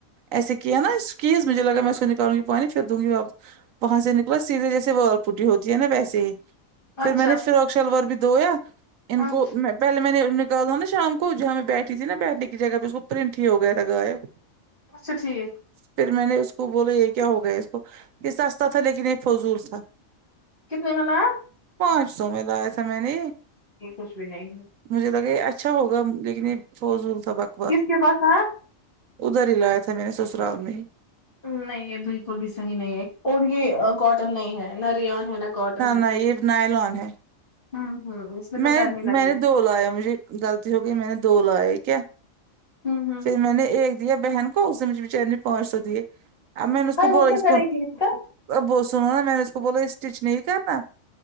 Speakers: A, on the right; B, on the left.
A: ایسے کیا نا کیز مجھے لگا میں اس کو نکالوں گی پانی پھر دھوں گی واپس وہاں سے نکلا سیدھے جیسے وہ وال پوٹی ہوتی ہے نا ویسے ہی پھر
B: اچھا
A: میں نے فراک شلوار بھی دھویا ان
B: ہاں
A: کو میں پہلے میں نے نکالا تھا نا شام کو جہاں میں بیٹھی تھی نا بیٹھنے کی جگہ پہ اس کو پرنٹ کٹھی ہو گیا تھا غائب
B: اچھا ٹھیک
A: پھر میں نے اس کو بولا یہ کیا ہوگیا اس کو یہ سستا تھا لیکن یہ فضول تھا
B: کتنے میں لایا
A: پانچ سو میں لایا تھا میں نے یہ
B: یہ کچھ بھی نہیں ہے
A: مجھے لگا یہ اچھا ہوگا لیکن یہ فوزور سبق
B: کس کے پاس آیا
A: ادھر ہی لایا تھا میں نے سسرال میں
B: نہیں یہ بالکل بھی صحیح نہیں ہے اور یہ کاٹن نہیں ہے نہ ریان ہے نہ کاٹن ہے
A: نہ یہ نائلون ہے
B: ہوں ہوں تو
A: میں
B: گرمی لگی
A: میں نے دو لایا مجھے غلطی ہو گئی میں نے دو لائے کیا ہے
B: ہوں ہوں
A: پھر میں نے ایک دیا بہن کو اس نے مجھے بچاری نے پانچ سو دیے اب میں نے اس
B: ہائی
A: کو
B: وہ
A: بو
B: کیا
A: اس کو
B: کرے گی کا
A: اب وہ سنو نا میں نے اس کو بولا اسٹچ نہیں کرنا